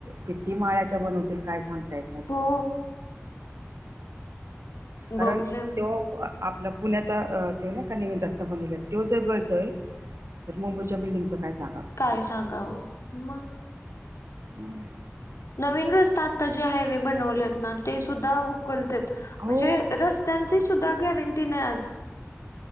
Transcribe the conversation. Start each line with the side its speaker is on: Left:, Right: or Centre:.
Right: किती माळ्याच्या बनवतील काय सांगता येत नाही ना
Left: हो
Right: कारण
Left: बघितलं
Right: त्यो आपला पुलाचा त्यो नाही का नवीन रस्ता बनवलाय त्योच एक गळतोय तर मुंबईच्या बिल्डंगचं काय सांगावं
Left: काय सांगावं मग
Right: हम्म
Left: नवीन रस्ता आता जो हायवे बनवलेत ना ते सुद्धा उकलत्यात
Right: हो
Left: म्हणजे रस स्ताचीसुद्धा गॅरंटी नाही आज